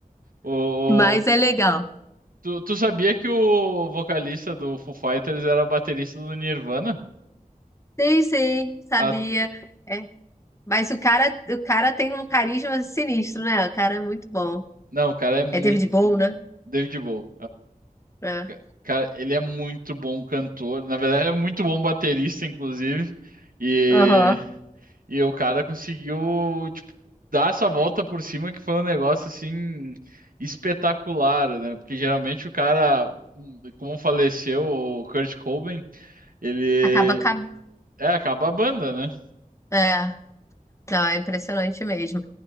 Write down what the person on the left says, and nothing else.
Mas
é legal.
Sim, sim, sabia.
É, Mas o cara, o cara tem um carisma sinistro, né? O cara é muito bom.
É David Bowie,
né?
É.
Aham.
Acaba, ca-
é, não, é impressionante mesmo.